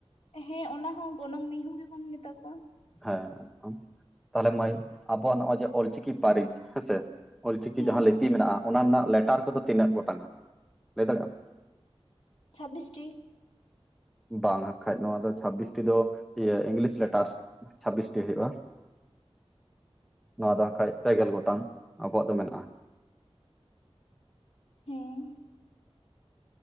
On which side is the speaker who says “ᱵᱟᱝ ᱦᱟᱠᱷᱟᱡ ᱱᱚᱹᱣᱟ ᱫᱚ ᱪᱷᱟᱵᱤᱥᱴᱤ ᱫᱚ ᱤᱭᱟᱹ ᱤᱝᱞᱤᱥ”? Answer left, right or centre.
Centre